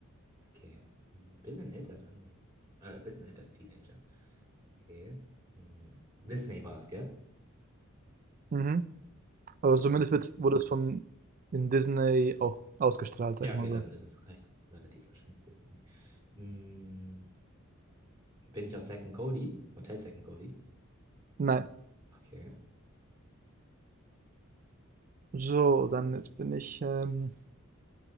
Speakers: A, on the right; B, on the right.
A: Okay. Ein bisschen älter als Anime. Äh, ein bisschen älter als Teenager. Okay. Hm. Disney war es, gell?
B: Mhm. Also zumindest
A: Mhm.
B: wird's, wurde es von in Disney auch ausgestrahlt,
A: Ja,
B: sag ich
A: okay,
B: mal so.
A: dann ist es recht, relativ wahrscheinlich Disney. Hm. Bin ich aus Zack and Cody? Hotel Zack and Cody?
B: Nein.
A: Okay.
B: So, dann jetzt bin ich ähm,